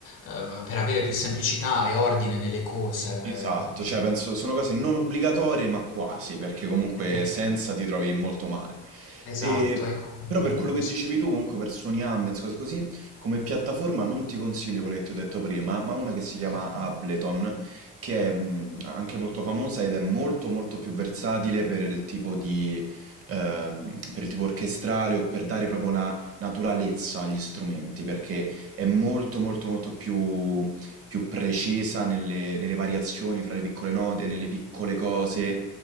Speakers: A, on the left (about 75°); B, on the right (about 45°).
A: ehm, per avere più semplicità e ordine nelle cose.
B: Esatto, cioè penso sono cose non obbligatorie ma quasi, perché comunque
A: Ehm,
B: senza ti trovi molto male.
A: esatto,
B: E-
A: ecco.
B: però
A: Mh-mh,
B: per quello che
A: sì,
B: dicevi tu, comunque per Sony Ambience, cose così, come piattaforma non ti consiglio quella che ti ho detto prima, ma una che si chiama
A: mh-mh.
B: Ableton, che è mh, anche molto famosa ed è molto molto più versatile per il tipo di... ehm, per il tipo orchestrale o per dare proprio una naturalezza agli strumenti, perché è molto molto molto più, più precisa nelle, nelle variazioni fra le piccole note, nelle piccole cose,